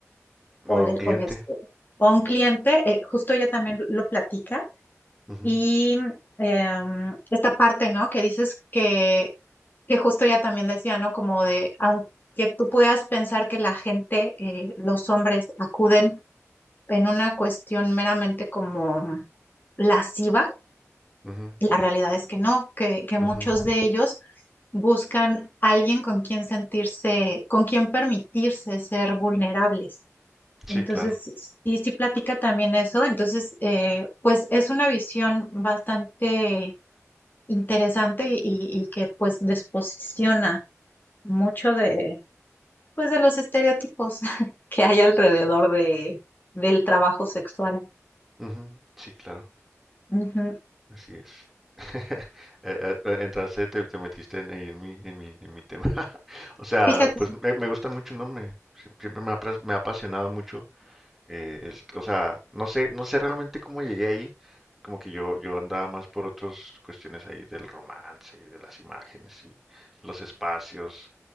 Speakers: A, on the left; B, in the centre.
A: o,
B: o
A: le-
B: a un cliente.
A: o les- o a un cliente, eh, justo ella también lo platica.
B: Ujú,
A: Y em, esta parte, ¿no? Que dices que, que justo ella también decía, ¿no? Como de, aunque tú puedas pensar que la gente, eh, los hombres acuden en una cuestión meramente como mm, lasciva
B: ujú,
A: La realidad es que no, que, que muchos
B: ujú.
A: de ellos buscan alguien con quien sentirse, con quien permitirse ser vulnerables.
B: Sí,
A: Entonces,
B: claro.
A: y si platica también eso. Entonces, eh, pues es una visión bastante interesante y, y que pues desposiciona mucho de, pues de los estereotipos <laughs> que hay alrededor de, del trabajo sexual.
B: Ujú, Sí, claro.
A: Ujú.
B: Así es. <laughs> Eh, eh, Entraste, te, te metiste en, ahí en mi, en mi, en mi tema. <laughs> O sea,
A: Fíjate.
B: pues me, me gusta mucho, ¿no? Me, si, siempre me ha, apras- me ha apasionado mucho Eh, el- o sea, no sé, no sé realmente cómo llegué ahí. Como que yo, yo andaba más por otras cuestiones ahí del romance y de las imágenes y los espacios,